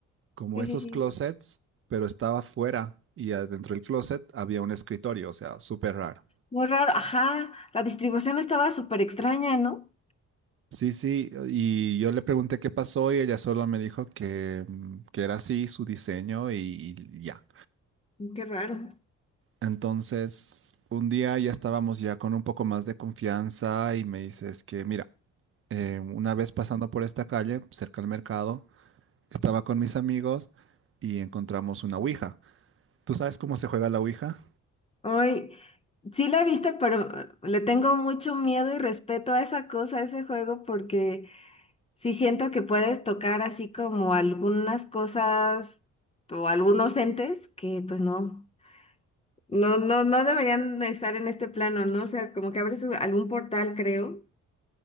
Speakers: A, on the right; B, on the left.
A: como
B: Sí,
A: esos
B: sí, sí.
A: closets, pero estaba fuera y adentro del closet había un escritorio, o sea, súper raro.
B: Muy raro. Ajá, la distribución estaba súper extraña, ¿no?
A: Sí, sí, y yo le pregunté qué pasó y ella solo me dijo que, mm, que era así su diseño y, y ya.
B: Qué raro.
A: Entonces, un día ya estábamos ya con un poco más de confianza y me dices que, mira, eh, una vez pasando por esta calle, cerca al mercado, estaba con mis amigos y encontramos una ouija. ¿Tú sabes cómo se juega la ouija?
B: Hoy sí la viste, pero eh, le tengo mucho miedo y respeto a esa cosa, a ese juego, porque Sí siento que puedes tocar así como algunas cosas o algunos entes que pues no, no, no, no deberían estar en este plano, ¿no? O sea, como que abres u- algún portal, creo.